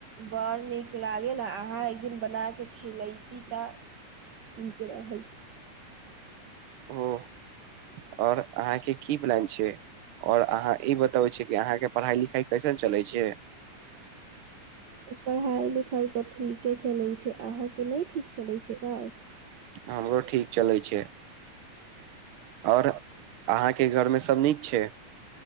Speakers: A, on the right; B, on the right.
A: बड़ नीक लागेला अहाँ एक दिन बना के खिलैती तऽ ठीक रहै
B: ओ आओर अहाँके की प्लान छै आओर अहाँ ई बतबै छियै कि अहाँके पढ़ाइ लिखाइ कैसन चलै छै
A: पढ़ाइ लिखाइ तऽ ठीके चलैत छै अहाँके नहि ठीक चलैत छै का
B: हमरो ठीक चलै छै आओर अहाँके घरमे सब नीक छै